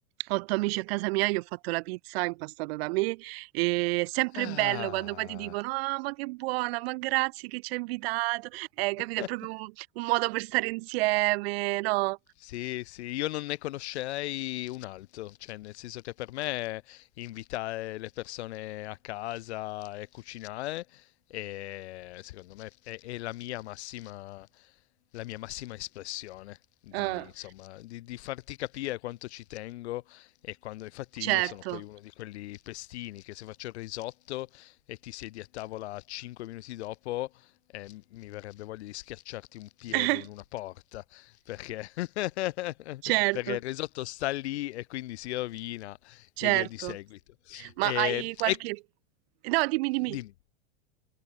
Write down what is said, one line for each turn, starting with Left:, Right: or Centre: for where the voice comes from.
Right: otto amici a casa mia, gli ho fatto la pizza impastata da me, e è sempre
Left: Ah.
Right: bello quando poi ti dicono: Ah, ma che buona, ma grazie che ci hai invitato. Eh, capito?
Left: <laughs>
Right: È proprio un, un modo per stare insieme, no?
Left: Sì, sì, io non ne conoscerei un altro, cioè nel senso che per me invitare le persone a casa e cucinare è, secondo me è, è la mia massima, la mia massima espressione di,
Right: Ah,
Left: insomma, di, di farti capire quanto ci tengo e quando infatti io
Right: certo,
Left: sono poi uno di quelli pestini che se faccio il risotto e ti siedi a tavola 5 minuti dopo eh, mi verrebbe voglia di schiacciarti un piede
Right: <laughs>
Left: in una porta perché, <laughs>
Right: certo,
Left: perché il risotto sta lì e quindi si rovina
Right: certo.
Left: e via di seguito.
Right: Ma
Left: E,
Right: hai qualche.
Left: e...
Right: No, dimmi, dimmi.
Left: Dimmi.